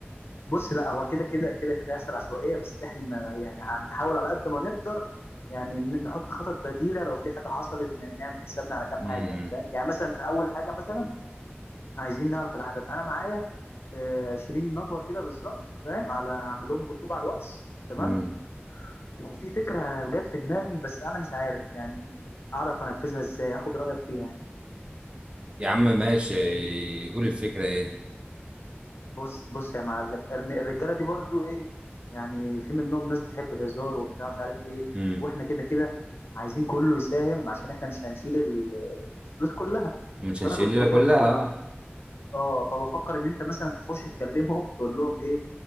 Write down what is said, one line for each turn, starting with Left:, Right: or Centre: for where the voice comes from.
Left: بص لا هو كده كده كده كده هيحصل عشوائيه بس احنا يعني هنحاول على قد ما نقدر يعني ن- نحط خطط بديله لو في حاجه حصلت ن- نعمل حسابنا على كام
Right: امم
Left: حاجه يعني فاهم يعني مثلا اول حاجه مثلا عايزين نعرف العدد انا معايا آه، 20 نفر كده بالظبط فاهم على اعمل لهم جروب على الواتس تمام
Right: أمم.
Left: وفي فكره جت في دماغي بس انا مش عارف يعني اعرف انفذها ازاي اخد رايك فيها يعني
Right: يا عم ماشي قول الفكرة ايه
Left: بص بص يا معلم الر- الرجاله دي برضو ايه يعني في منهم ناس بتحب الهزار وبتاع مش عارف ايه
Right: امم
Left: واحنا كده كده عايزين كله يساهم عشان احنا مش هنشيل ال- الفلوس كلها
Right: مش هنشيل
Left: فانا كنت
Right: الليله
Left: بفكر
Right: كلها اه
Left: أب... اه فبفكر ان انت مثلا تخش تكلمهم تقول لهم ايه